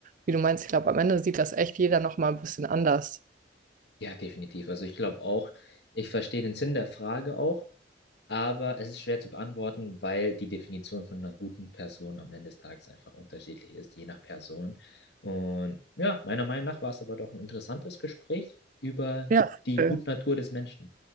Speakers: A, on the right; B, on the left.
A: wie du meinst, ich glaube, am Ende sieht das echt jeder nochmal ein bisschen anders.
B: Ja, definitiv. Also ich glaube auch, ich verstehe den Sinn der Frage auch, aber es ist schwer zu beantworten, weil die Definition von einer guten Person am Ende des Tages einfach unterschiedlich ist, je nach Person. Und ja, meiner Meinung nach war es aber doch ein interessantes Gespräch über
A: Ja.
B: die
A: Äh,
B: Gutnatur des Menschen.